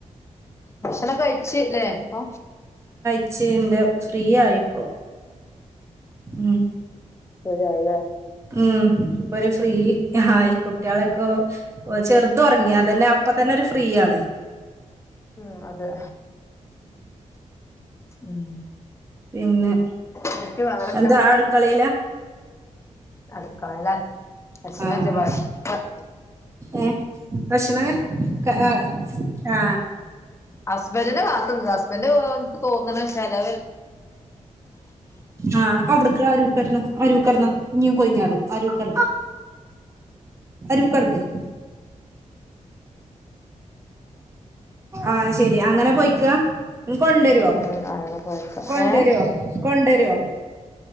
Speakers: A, on the left (about 20°); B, on the right (about 20°).
A: ഭക്ഷണം കഴിച്ചില്ലേ അപ്പൊ
B: ച്ച്ന്റെ ഫ്രീ ആയിപ്പോ ഉം
A: ശരിയായില്ലേ
B: ഉം ഇപ്പോര് ഫ്രീ ആ ഈ കുട്ടികളൊക്കെ ചെറുത് ഒറങ്ങി അതന്നെ അപ്പൊ തന്നെ ഒരു ഫ്രീയാണ്
A: ഉം അതെ ഉം
B: പിന്നെ
A: എനിക്ക് വേറൊക്കെ
B: എന്താ അടുക്കളയിലാ
A: അടുക്കളേല ഭക്ഷണം
B: ആഹ്
A: കഴിച്ച് <unintelligible>
B: ഏ ഭക്ഷണം ക ആ ആ
A: ഹസ്ബന്റിനെ കാത്ത്ന്നതാ ഹസ്ബൻ്റ് ഇൻക്ക് തോന്ന്ണേ ചെലവ
B: ആ അവിട്ക്ക് ആ അരൂക്കട്ന്ന അരൂക്കട്ന്ന ഇഞ്ഞും കൊയിഞ്ഞാടും അരൂക്കട്ക്ക് അരൂക്കട്ക്ക് ആ ശെരി അങ്ങനെ പോയ്ക്കാ കൊണ്ടരോ
A: ഉം അങ്ങനെ പോയക്ക
B: കൊണ്ടരോ
A: ഏഹ്
B: കൊണ്ടരോ